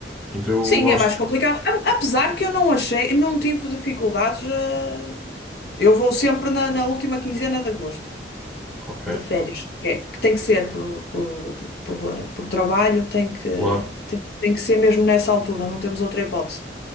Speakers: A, in the centre; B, on the left.
A: Então eu
B: Sim,
A: gosto.
B: é mais complicado. A- Apesar que eu não achei, não tive dificuldades. eh, Eu vou sempre na, na última quinzena de agosto,
A: Ok,
B: de férias. Que, é- que tem que ser por, por, por, por trabalho, tem que,
A: claro.
B: tem, tem que ser mesmo nessa altura, não temos outra hipótese.